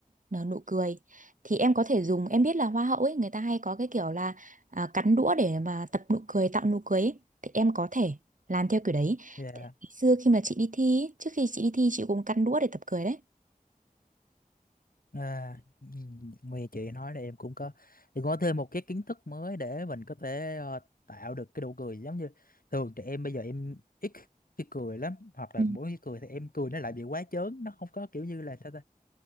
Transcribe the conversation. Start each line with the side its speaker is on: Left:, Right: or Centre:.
Right: nở nụ cười thì em có thể dùng em biết là hoa hậu ấy người ta hay có cái kiểu là à, cắn đũa để mà tập nụ cười tạo nụ cười ấy. thì em có thể làm theo kiểu đấy
Left: dạ.
Right: Tại ngày xưa khi mà chị đi thi ấy, trước khi chị đi thi chị cũng cắn đũa để tập cười đấy
Left: À, ừm, nghe chị nói là em cũng có thì có thêm một cái kiến thức mới để mình có thể ờ, tạo được cái nụ cười giống như thường trẻ em bây giờ em ít khi cười lắm hoặc là
Right: Ừ.
Left: mỗi khi cười thì em cười nó lại bị quá chớn nó không có kiểu như là sao ta